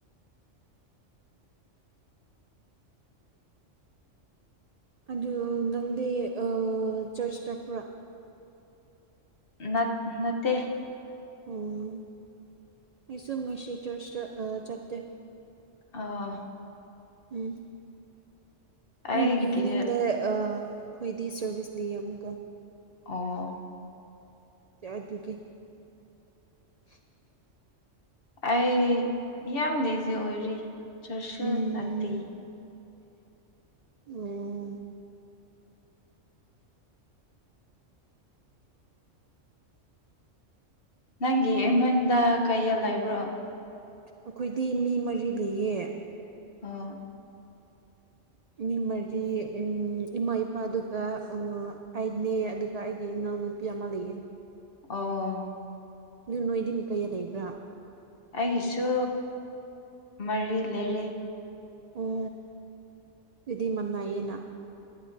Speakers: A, on the right (about 60°); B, on the left (about 50°).
A: ꯑꯗꯨꯗ ꯅꯪꯗꯤ ꯑ ꯆꯔꯆ ꯆꯠꯄ꯭ꯔꯥ
B: ꯅ ꯅꯠꯇꯦ
A: ꯑꯣꯝ ꯑꯩꯁꯨ ꯉꯁꯤ ꯆꯁ ꯆꯠꯇꯦ
B: ꯑꯥ
A: ꯎꯝ
B: ꯑꯩꯒꯤ
A: ꯍꯣꯏꯅ ꯏꯚꯤꯅꯤꯡꯗ ꯑꯩꯈꯣꯏꯗꯤ ꯁꯔꯚꯤꯁꯗꯤ ꯑꯃꯨꯛꯀ
B: ꯑꯣ
A: ꯑꯗꯨꯒꯤ <unintelligible> <inaudible>
B: ꯑꯩ ꯌꯥꯝ ꯂꯦꯖꯤ ꯑꯣꯏꯔꯦ ꯆꯔꯁꯁꯨ
A: ꯎꯝ
B: ꯂꯥꯛꯇꯦ
A: ꯎꯝ
B: ꯅꯪꯒꯤ ꯏꯃꯟꯗ ꯀꯩꯌꯥ ꯂꯩꯕ꯭ꯔꯣ
A: ꯑꯩꯈꯣꯏꯗꯤ ꯃꯤ ꯃꯔꯤ ꯂꯩꯌꯦ
B: ꯑꯣ
A: ꯃꯤ ꯃꯔꯤ ꯎꯝ ꯏꯃꯥ ꯏꯄꯥ ꯑꯗꯨꯒ ꯑ ꯑꯩꯅꯦ ꯑꯗꯨꯒ ꯑꯩꯒꯤ ꯏꯅꯥꯎꯅꯨ ꯄꯤ ꯑꯃꯥ ꯂꯩꯌꯦ
B: ꯑꯣ
A: ꯑꯗꯨ ꯅꯣꯏꯗꯤ ꯃꯤ ꯀꯌꯥ ꯂꯩꯕ꯭ꯔꯥ
B: ꯑꯩꯒꯤꯁꯨ ꯃꯔꯤ ꯂꯩꯔꯦ
A: ꯑꯣ ꯑꯗꯨꯗꯤ ꯃꯟꯅꯩꯌꯦꯅ